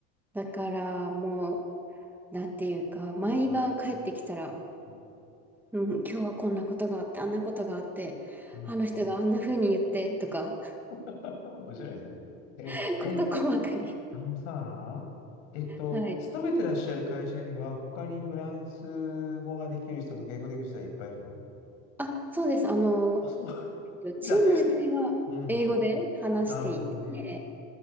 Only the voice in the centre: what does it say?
だからもう、なんていうか、毎晩帰ってきたら、
うん、今日はこんなことがあって、あんなことがあって、
あの人があんな風に言って、とか、
<laughs> 事細かに。
はい。
あ、そうです。あの、
チーム自体は英語で話していて、